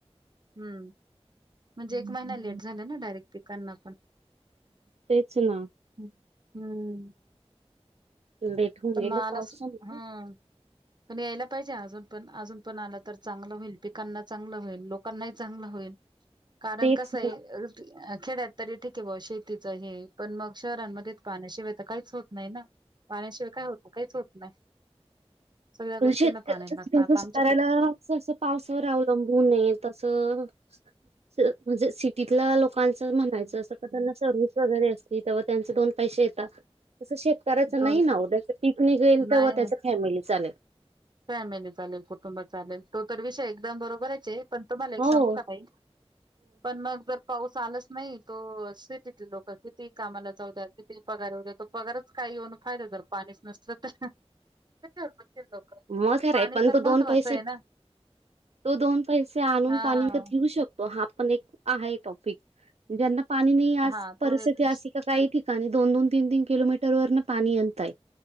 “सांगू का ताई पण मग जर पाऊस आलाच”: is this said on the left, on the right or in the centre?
Right